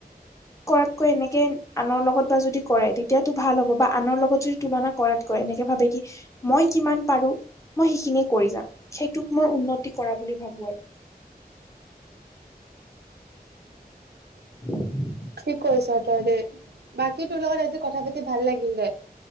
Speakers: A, on the left; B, on the right.
A: কৰাতকৈ এনেকে আনৰ লগত বা যদি কৰে, তেতিয়াটো ভাল হ'ব বা আনৰ লগত যদি তুলনা কৰাতকৈ এনেকে ভাবে কি মই কিমান পাৰো মই সেইখিনিয়ে কৰি যাম। সেইটোক মই উন্নতি কৰা বুলি ভাবোঁ আৰু। <inaudible>
B: ঠিক কৈছ' তই দে। বাকী তোৰ লগত আজি কথা পাতি ভাল লাগিল দে।